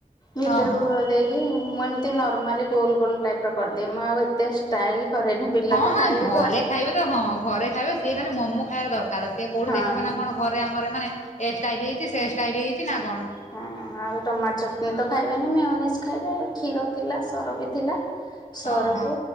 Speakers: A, on the left; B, on the left.
A: ଭିତରେ
B: ଓହୋ।
A: ପୁର ଦେଇକି ମୁଁ ଏମିତି ନର୍ମାଲି ଗୋଲ ଗୋଲ ଟାଇପ୍ ର କରିଦିଏ ମୁଁ ଆଉ ଏତେ ଷ୍ଟାଇଲ୍ କରେନି। ପିଲା
B: ହଁ
A: ତ ଖାଇବେ
B: ହଁ ଘରେ ଖାଇବେ ତ ହଁ ଘରେ ଖାଇବେ ଇଏ ଖାଲି ମୋମୋ ଖାଇଆର ଦରକାର। କିଏ କୋଉଠି
A: ହଁ।
B: ଦେଖିବେ ନାଁ କଣ ଘରେ ଆମର ମାନେ ଏସ୍ ଟାଇରି ହେଇଚି ସେ ଷ୍ଟାଇଲ୍ ହେଇଚି ନାଁ କଣ?
A: ହଁ। ଆଉ ଟମାଟ ଚଟଣି ତ ଖାଇବେନି ମେଓନିସ୍ ଖାଇବେ କ୍ଷୀର ଥିଲା ସର ବି ଥିଲା। ସରକୁ
B: ଓହୋ